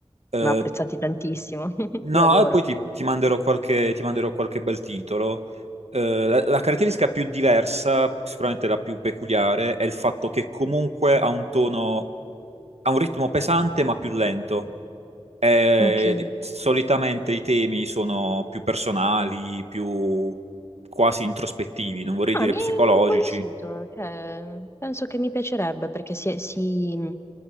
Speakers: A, on the right; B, on the left.
A: Eh,
B: ma apprezzati tantissimo, <laughs>
A: No,
B: li adoro.
A: e poi ti, ti manderò qualche, ti manderò qualche bel titolo. Eh, la, la caratteristica più diversa, sicuramente la più peculiare, è il fatto che comunque ha un tono, ha un ritmo pesante ma più lento. E
B: Ok.
A: solitamente i temi sono più personali, più quasi introspettivi, non vorrei dire
B: Ah, mi
A: psicologici.
B: è, mi è incuriosito, cioè, penso che mi piacerebbe perché si, si-